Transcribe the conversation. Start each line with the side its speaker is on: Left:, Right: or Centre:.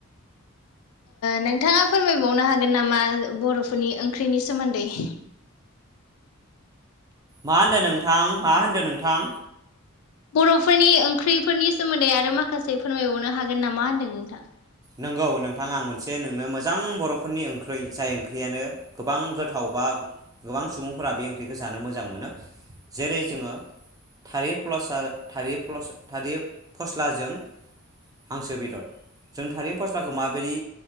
Left: नोंथाङा फोरमायबावनो हागोन नामा बर'फोरनि ओंख्रिनि सोमोन्दै <inaudible>
Right: मा होनदो नोंथां मा होनदो नोंथां
Left: बर'फोरनि ओंख्रिफोरनि सोमोन्दै आरो माखासे फोरमायबावनो हागोन नामा होन्दों नोंथां
Right: नंगौ नोंथां आं मोनसे नोंनो मोजां बर'फोरनि ओंख्रि जाय ओंख्रियानो गोबां गोथाव बा गोबां सुबुंफोरा बे ओंख्रिखौ जानो मोजां मोनो। जेरै जोङो थारै फस्लार थारि फस्ल थारि फस्लाजों हांसो बेदर जों थारै फस्लाखौ माबोरदि